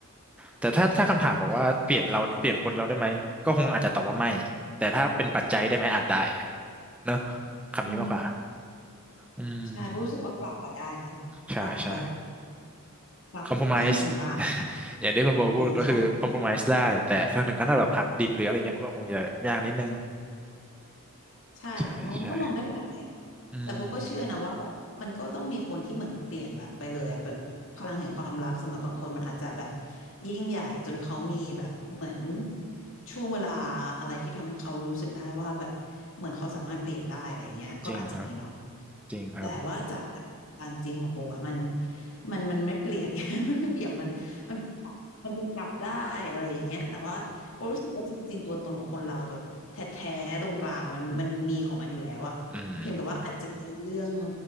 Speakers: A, in the centre; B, on the left.
A: แต่ถ้าถ้าคำถามบอกว่าเปลี่ยนเราเปลี่ยนคนเราได้ไหมก็คงอาจจะตอบว่าไม่แต่ถ้าเป็นปัจจัยได้ไหมอาจได้อะ
B: ใช่
A: เนอะคำนี้มากกว่า
B: อืม
A: อืม
B: ใช่โบรู้สึกว่าปรับอะได้นะปรับแบบ
A: ใช่ใช่
B: ปรับเรื่องต่าง
A: ค <laughs> อม p r o m i s e อย่างที่คุณโบพูดก็คือคอม
B: ไหมใช่
A: p r o m i s e ได้แต่ถ้าถึงขั้นแบบหักดิบหรืออะไรเงี้ยมันก็คงจะยากนิดนึง
B: ใช่ค่ะมันมันก็มองได้หลายแบบอะแต่โบก็เชื่อนะว่าแบบมันก็ต้องมีคนที่เหมือนเปลี่ยนแบบไปเลยอะแบบพลังแห่งความรักสำหรับบางคนมันอาจจะแบบ
A: ใช่ใช่อืม
B: ยิ่งใหญ่จนเขามีแบบเหมือนช่วงเวลาอะไรที่ทำให้เขารู้สึกได้ว่าแบบเหมือนเขาสามารถเปลี่ยนได้อะไรเงี้ยก็อาจจะมีเนาะ
A: จริงครับจริงครับ
B: แต่ว่าจากการจริงของโบอ่ะมันมันมันไม่เปลี่ยน <laughs> มันไม่เปลี่ยนมันมันเป็นปรับมันเป็นปรับได้อะไรอย่างเงี้ยแต่ว่าโบรู้สึกว่าจริงๆตัวตนของคนเราแบบแท้ๆตรงกลางอ่ะมันมันมีของมันอยู่แล้วอ่ะเพียงแต่ว่าอาจจะมีเรื่อง
A: <laughs> อืม